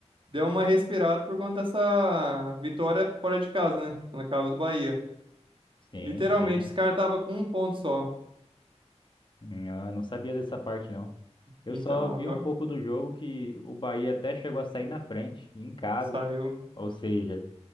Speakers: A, on the right; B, on the left.
A: deu uma respirada por conta dessa vitória fora de casa, né? Tipo, na casa do Bahia.
B: Sim,
A: Literalmente,
B: sim.
A: esse cara tava com um ponto só.
B: Hum, Eu não sabia dessa parte, não. Eu
A: Então,
B: só vi
A: agora
B: um pouco do jogo que o Bahia até chegou a sair na frente, em casa.
A: saiu.
B: Ou seja,